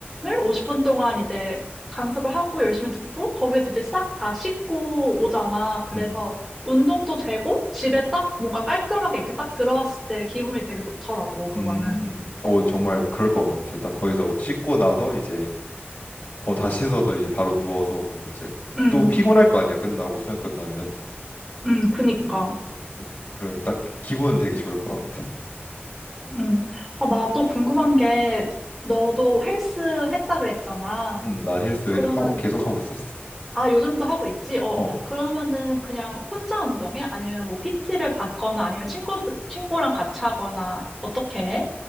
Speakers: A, in the centre; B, on the left.
A: 50분 동안 이제 강습을 하고 열심히 듣고 거기에서 이제 싹 다 씻고 오잖아. 그래서
B: 음.
A: 운동도 되고 집에 딱 뭔가 깔끔하게 이렇게 딱 들어왔을 때 기분이 되게 좋더라고, 그거는.
B: 음, 어, 정말 그럴 것 같아. 나 거기서 씻고 나서 이제, 어, 다 씻어서 이제 바로 누워서 뭐 이제
A: 응,
B: 또 피곤할 거 아니야. 끝나고 수영 끝나면.
A: 응, 그니까.
B: 음, 음. 그러면 딱 기분은 되게 좋을 것 같아.
A: 응. 아, 나 또 궁금한 게 너도 헬스 했다 그랬잖아.
B: 음, 나 헬스
A: 그러면
B: 하고 계속 하고 있었어.
A: 아, 요즘도 하고 있지? 어,
B: 어,
A: 그러면은 그냥 혼자 운동해? 아니면 뭐 PT를 받거나 아니면 친구, 친구랑 같이 하거나 어떻게 해?
B: 음.